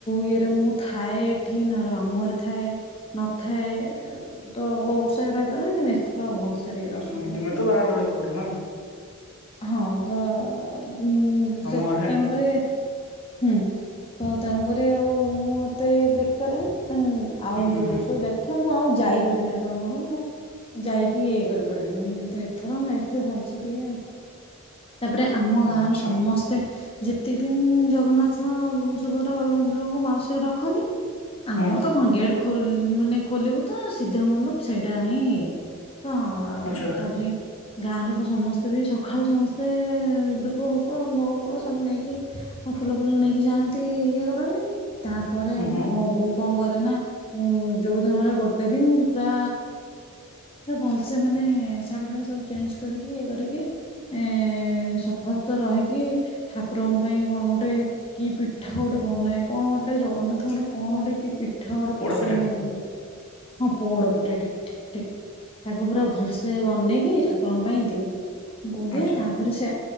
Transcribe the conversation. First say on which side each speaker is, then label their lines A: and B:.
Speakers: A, on the left (about 25°); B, on the left (about 75°).
A: ଇଏରେ ମୁଁ ଥାଏ ଏଠି ନରମା ମାମୁଁ ଘରେ ଥାଏ ନଥାଏ ତ କୋଉ ବର୍ଷ ରହିପାରେନି <unintelligible> ଏଥର ଭଲ ସେ ଟିକେ
B: ହୁଁ
A: ଦର୍ଶନ
B: ହୁଁ
A: କରୁଥିଲି।
B: ତୁମେ ତ ବାହାରେ ରହିକି ପଢ ନା
A: ହଁ ତ ଉ
B: ମାମୁଁ
A: ସେ
B: ଘରେ
A: ତେଣୁକରି ହୁଁ ତ ତେଣୁକରି ଆଉ ମୁଁ ମତେ ଇଏ ଦେଖିପାରେନି। ହୁଁ ଆଉ
B: ହୁଁ ହୁଁ
A: ଯୋଉ
B: ହୁଁ
A: ବର୍ଷ ସବୁ ଦେଖ ମୁଁ ଆଉ ଯାଇପାରିନି ଠାକୁରଙ୍କ ପାଖକୁ ମୁଁ ଯାଇକି ଇଏ କରିପାରିନି କିନ୍ତୁ ଥରେ ମୁଁ ଯାଇଥିଲି ଭଲସେ ଟିକେ ତାପରେ ଆମ ଗାଁର
B: ଆଚ୍ଛା
A: ସମସ୍ତେ ତେ ଯେତିକ ଦିନ୍ ଜଗନ୍ନାଥ ସୁଭଦ୍ରା ବଳଭଦ୍ରଙ୍କୁ ମାଉସୀ ଘରେ ରଖନ୍ତି ଆମର
B: ହୁଁ
A: ତ କଣ ଗେଟ୍ ଖୋଲି ମାନେ ଖୋଲିବୁ ତ ସିଧା ମଣ୍ଡପ ସେଇଟା ହିଁ ଇଏ ହଁ
B: ଆଚ୍ଛା
A: ତାପରେ ଗାଁ ଲୋକ ସମସ୍ତେ ବି ସକାଳୁ ସମସ୍ତେ ଧୂପ ଭୋଗ ଭୋଗ ଭୋଗ ସବୁ ନେଇକି ଆଉ ଫୁଲ ଫୁଲ ନେଇକି ଯାଆନ୍ତି ଇଏ କରନ୍ତି ତାପରେ
B: ହୁଁ ହୁଁ
A: ମୋ ବୋଉ କଣ କରେ ନା ଉ ଯୋଉଦିନ ହେଲେ ଗୋଟେ ଦିନ ପୁରା ଭଲସେ ମାନେ ଶାଢ଼ୀ ଫାଢି ସବୁ ଚେଞ୍ଜ୍ କରିକି ଇଏ କରିକି ଏ ସଫା ସୁତର ରହିକି ଠାକୁରଙ୍କ ପାଇଁ କଣ ଗୋଟେ କି ପିଠା ଗୋଟେ ବନାଏ କଣ ଗୋଟେ ଜଗନ୍ନାଥଙ୍କର କଣ ଗୋଟେ କି ପି ପିଠା ଗୋଟେ
B: ପୋଡପିଠା
A: ପସନ୍ଦ ହଁ ପୋଡ ପିଠା ଠିକ୍ ଠିକ୍ ଠିକ୍ ତାକୁ ପୁରା ଭଲସେ ବନେଇକି ଠାକୁରଙ୍କ ପାଇଁ ଦିଏ ବୋଉ ଦିଏ
B: ଆଚ୍ଛା
A: ତାପରେ ସେ